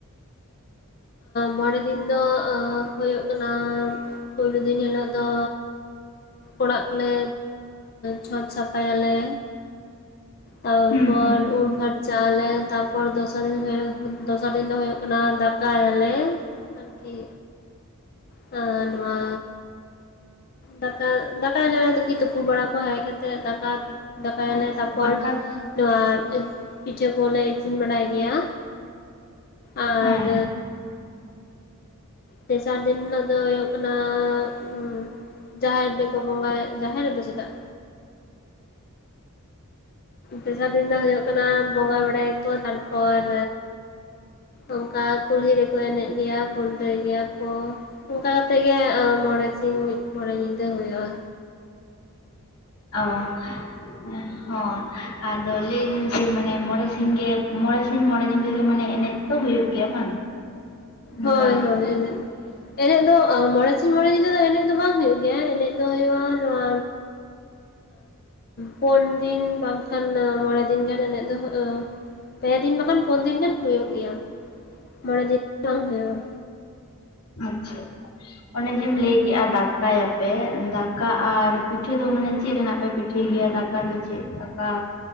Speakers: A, on the left; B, on the left.
A: ᱢᱚᱬᱮ ᱫᱤᱱ ᱫᱚ ᱦᱚᱭᱚᱜ ᱠᱟᱱᱟ᱾ ᱯᱳᱭᱞᱳ ᱫᱤᱱ ᱦᱤᱞᱚᱜ ᱫᱚ᱾ ᱚᱲᱟᱜ ᱠᱚᱞᱮ ᱪᱷᱚᱸᱪ ᱥᱟᱯᱷᱟᱭ ᱟᱞᱮ᱾ ᱛᱟᱨᱯᱚᱨ
B: ᱦᱩᱸ ᱦᱩᱸ
A: ᱩᱢ ᱯᱷᱟ- ᱪᱟᱣᱞᱮ ᱛᱟᱯᱚᱨ ᱫᱚᱥᱟᱨ ᱫᱤᱱ ᱦᱩᱭᱩᱜ ᱫᱚᱥᱟᱨ ᱫᱤᱱ ᱫᱚ ᱦᱩᱭᱩᱜ ᱠᱟᱱᱟ ᱫᱟ- ᱠᱟᱭ ᱟᱞᱮ ᱟᱨᱠᱤ ᱛᱚ ᱱᱚᱣᱟ ᱫᱟᱠᱟ ᱫᱟᱠᱟ ᱟᱞᱮ ᱛᱮᱜᱤ ᱛᱩᱯᱩ ᱵᱟᱲᱟ ᱠᱚ ᱦᱮᱡ ᱠᱟᱛᱮᱡ ᱫᱟᱠᱟ ᱫᱟᱠᱟᱭ ᱟᱞᱮ
B: ᱟᱪᱪᱷᱟ
A: ᱛᱟᱯᱚᱨ
B: ᱫᱟᱠᱟ
A: ᱱᱚᱣᱟ ᱯᱤᱴᱷᱟᱹ ᱠᱚᱞᱮ ᱤᱥᱤᱱ ᱵᱟᱲᱟᱭ ᱜᱮᱭᱟ᱾ ᱟᱨ
B: ᱦᱮᱸ ᱦᱮᱸ
A: ᱛᱮᱥᱟᱨ ᱫᱤᱱ ᱦᱤᱞᱟᱹᱜ ᱫᱚ ᱦᱩᱭᱩᱜ ᱠᱟᱱᱟ᱾ ᱩᱸ ᱡᱟᱦᱮᱨ ᱨᱮᱠᱚ ᱵᱚᱸᱜᱟ ᱡᱟᱦᱮᱨ ᱨᱮᱫᱚ ᱪᱮᱫᱟᱜ᱾ ᱛᱮᱥᱟᱨ ᱫᱤᱱ ᱫᱚ ᱦᱩᱭᱩᱜ ᱠᱟᱱᱟ ᱵᱚᱸᱜᱟ ᱵᱟᱲᱟᱭᱟ ᱠᱚ ᱛᱟᱨᱯᱚᱨ᱾ ᱚᱱᱠᱟ ᱠᱩᱞᱦᱤ ᱨᱮᱠᱚ ᱮᱱᱮᱡ ᱜᱮᱭᱟ᱾ ᱞᱟᱹᱭ ᱜᱮᱭᱟ ᱠᱚ ᱚᱱᱠᱟ ᱠᱟᱛᱮᱜ ᱜᱮ ᱢᱚᱬᱮ ᱥᱤᱧ ᱢᱚᱬᱮ ᱧᱤᱫᱟᱹ ᱦᱩᱭᱩᱜ-ᱟ᱾
B: ᱚ
A: <unintelligible>
B: ᱦᱚᱸ ᱟᱫᱚ ᱞᱟᱹᱭ ᱫᱤᱧ ᱡᱮ ᱢᱟᱱᱮ ᱢᱚᱬᱮ ᱥᱤᱧ ᱜᱮ ᱢᱚᱬᱮ ᱥᱤᱧ ᱢᱚᱬᱮ ᱧᱤᱫᱟᱹ ᱜᱮ ᱢᱟᱱᱮ ᱮᱱᱮᱡ ᱛᱚ ᱦᱩᱭᱩᱜ ᱜᱮᱭᱟ ᱵᱟᱝ᱾ ᱚᱱᱠᱟ
A: ᱦᱳᱭ ᱦᱳᱭ᱾ ᱮᱱᱮᱡ ᱫᱚ ᱢᱚᱬᱮ ᱥᱤᱧ ᱢᱚᱬᱮ ᱧᱤᱱᱟᱹ ᱫᱚ ᱮᱱᱮᱡ ᱫᱚ ᱵᱟᱝ ᱦᱩᱭᱩᱜ ᱜᱮᱭᱟ᱾ ᱮᱱᱮᱡ ᱫᱚ ᱦᱩᱭᱩᱜ-ᱟ ᱱᱚᱣᱟ ᱯᱳᱱ ᱫᱤᱱ ᱵᱟᱝᱠᱷᱟᱱ ᱢᱚᱬᱮ ᱫᱤᱱ ᱜᱟᱱ ᱮᱱᱮᱡ ᱫᱚ᱾ ᱯᱮ ᱫᱤᱱ ᱵᱟᱠᱷᱟᱱ ᱯᱳᱱ ᱫᱤᱱ ᱜᱟᱱ ᱦᱩᱭᱩᱜ ᱜᱮᱭᱟ ᱢᱚᱬᱮ ᱫᱤᱱ ᱵᱟᱝ ᱦᱩᱭᱩᱜ-ᱟ᱾
B: ᱟᱪᱷᱟ ᱚᱱᱮ- ᱡᱮᱢ ᱞᱟᱹᱭ ᱠᱮᱫ-ᱟ ᱫᱟᱠᱟᱭ ᱟᱯᱮ ᱫᱟᱠᱟ ᱟᱨ ᱯᱤᱴᱷᱟᱹ ᱫᱚ ᱢᱟᱱᱮ ᱪᱮᱫ ᱨᱮᱱᱟᱜ ᱯᱮ ᱯᱤᱴᱷᱟᱹᱭ ᱜᱮᱭᱟ ᱫᱟᱠᱟ ᱫᱚ᱾ ᱪᱮᱫ ᱫᱟᱠᱟ